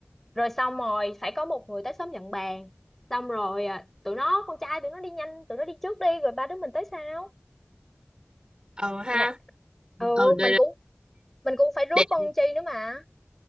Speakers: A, in the centre; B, on the right.
A: Rồi xong rồi phải có một người tới sớm nhận bàn Xong rồi à, tụi nó con trai tụi nó đi nhanh Tụi nó đi trước đi rồi ba đứa mình tới sau
B: Ờ ha.
A: là Ừ
B: Ờ đây
A: mình
B: đây.
A: cũng mình cũng phải rước
B: Để,
A: con
B: để-
A: Chi nữa mà